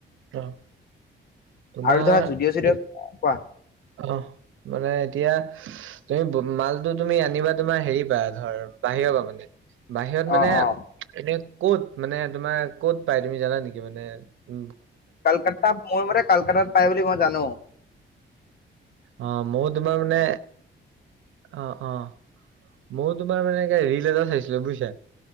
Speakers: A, on the right (about 85°); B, on the left (about 50°).
A: অ'। তোমাৰ
B: আৰু ধৰা জুদিঅ' চুদিঅ', কোৱা।
A: অহ মানে এতিয়া তুমি মালটো তুমি আনিবা তোমাৰ হেৰিপা ধৰ বাহিৰৰ পৰা মানে। বাহিৰত মানে
B: অ অ
A: এনে ক'ত মানে তোমাৰ কত পাই তুমি জানা নেকি মানে উ?
B: কালকাতা, মই মানে কালকাতাত পাই বুলি মই জানো।
A: অ', মইও তোমাৰ মানে, অ' অ'। মই তোমাৰ মানে ৰিল এটা চাইছিলো বুজিছা।